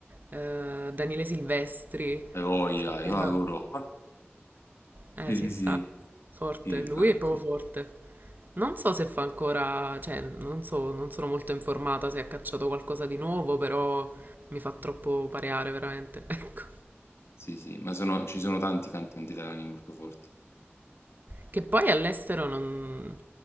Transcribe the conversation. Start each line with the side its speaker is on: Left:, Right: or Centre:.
Right: Eh, Daniele Silvestri,
Left: Hai voglia,
Right: quel fatto
Left: io
Right: là.
Left: adoro.
Right: Eh,
Left: Sì,
Right: ci
Left: sì, sì,
Right: sta, forte,
Left: sì, infatti.
Right: lui è proprio forte. Non so se fa ancora, cioè, non so, non sono molto informata se ha cacciato qualcosa di nuovo, però mi fa troppo pareare, veramente, <laughs> ecco.
Left: Sì, sì, ma sono- ci sono tanti cantanti italiani molto forti.
Right: Che poi all'estero non...